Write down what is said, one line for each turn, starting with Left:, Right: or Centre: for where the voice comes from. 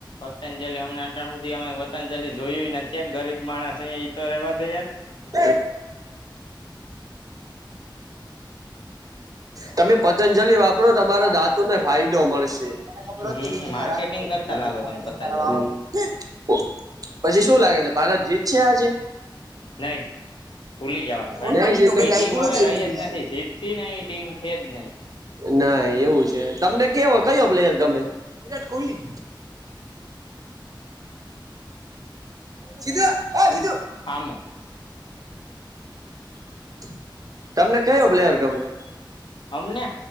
Left: પતંજલિ અમને અતાર હુધી અમે પતંજલિ જોયું એ નથી યાર ગરીબ માણ સઈએ ઈતો રહેવા દે યાર.
Right: <inaudible> તમે પતંજલિ વાપરો તમારા દાતુને ફાયદો મળશે. મને ખબર
Left: હમ
Right: હોત ને ઈ ઈયા
Left: માર્કેટિંગ કરતા લાગો તમે પતંજલિ નું
Right: <inaudible> પછી શું લાગે છે ભારત જીતશે આજે?
Left: નહીં. ભૂલી જાવાનું ભાઈ.
Right: નહી જીતે
Left: એ ટીમ હવે રહી જ નથી જીતતી ને એ ટીમ હેજ નહી.
Right: ના એવું છે. તમને કેવો કયો પ્લેયર ગમે? વિરાટ કોહલી. સીધું એ સીધું.
Left: હામો
Right: <inaudible> તમને કયો પ્લેયર ગમે?
Left: અમને?